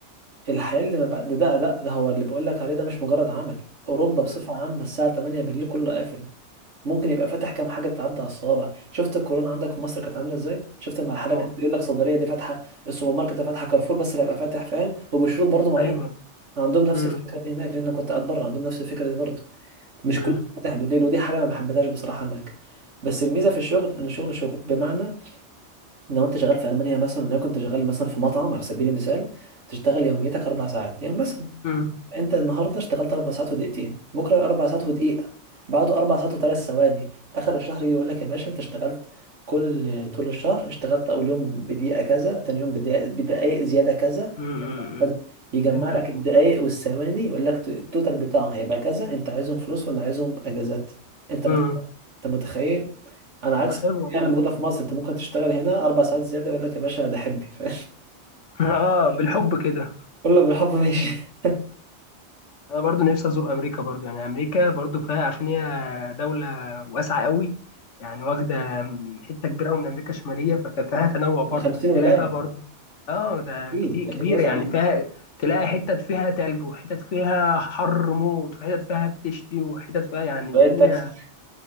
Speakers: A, on the right; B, on the left.
A: الحياة اللي ما بقى ده ده ده, ده هو اللي بقول لك عليه ده مش مجرد عمل أوروبا
B: مم.
A: بصفة عامة الساعة 8 بالليل كله قافل ممكن يبقى فاتح كام حاجة تعدي على الصوابع شفت الكورونا عندك في مصر كانت عاملة ازاي شفت المحلات
B: اه
A: كانت بيقول لك صيدلية دي فاتحة السوبر ماركت ده فاتحة كارفور بس اللي هيبقى فاتح فاهم وبشروط برضه معينة
B: ايوه
A: عندهم نفس
B: امم
A: الفكرة دي هناك لأن أنا كنت قاعد بره عندهم نفس الفكرة دي برضه مش
B: امم
A: كله فاتح بالليل ودي حاجة أنا ما حبيتهاش بصراحة هناك بس الميزة في الشغل إن الشغل شغل بمعنى لو أنت شغال في ألمانيا مثلا لو كنت شغال مثلا في مطعم على سبيل المثال تشتغل يوميتك أربع ساعات يوم مثلا
B: امم
A: انت النهارده اشتغلت اربع ساعات ودقيقتين بكره اربع ساعات ودقيقه بعده اربع ساعات وثلاث ثواني اخر الشهر يجي يقول لك يا باشا انت اشتغلت كل طول الشهر اشتغلت اول يوم بدقيقه كذا تاني يوم بدقيقه بدقائق زياده كذا
B: امم
A: كذا يجمع
B: فهمتك
A: لك الدقائق والثواني يقول لك التوتال بتاعهم هيبقى كذا انت عايزهم فلوس ولا عايزهم اجازات انت مت...
B: امم
A: انت متخيل انا عكس
B: حلو والله
A: يعني
B: الحتة
A: موجوده في
B: دي
A: مصر انت ممكن تشتغل هنا اربع ساعات زياده يقول لك يا باشا ده حبي ف...
B: <laughs> اه بالحب كده
A: <laughs> كله بالحب ماشي
B: انا برضو نفسي ازور امريكا برضو يعني امريكا برضو فيها عشان هي دولة واسعة قوي يعني واخدة حتة كبيرة قوي من امريكا الشمالية ف- ف- فيها تنوع برضو
A: <laughs> 50 ولايه
B: تلاقي فيها برضو اه ده
A: اكيد
B: كتير كبيرة
A: اكيد واسع
B: يعني
A: عنه
B: فيها تلاقي حتت فيها تلج وحتت فيها حر موت وحتت فيها بتشتي وحتت فيها يعني
A: بقيت
B: الدنيا
A: تاكسي